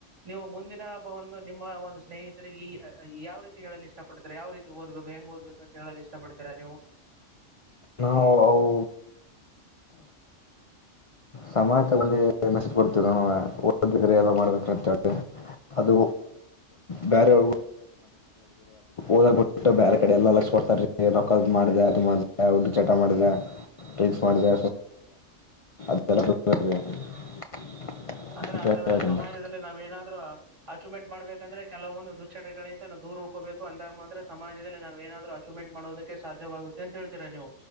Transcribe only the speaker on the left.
ನಾವು ಅವು ಸಮಾ ಮುಂದೆ ಮೆಸ ಕೊಡ್ತವ ನಾವ್ ಓದ್ರ ಮಾಡ್ಬೇಕಂತ ಅದು ಬ ಹರು ಓದ ಬಿಟ್ಟು ಬೇರೆ ಕಡೆಲ್ಲ ಕೊಡ್ತೊ ಅದು ಮಾಡ ಚಟ ಮಾಡಿದೆ ಡ್ರಿಂಕ್ಸ್ ಮಾಡಿದ ಮಾಡ <unintelligible>
ಅಂತ
ಹೇಳ್ತೀನಿ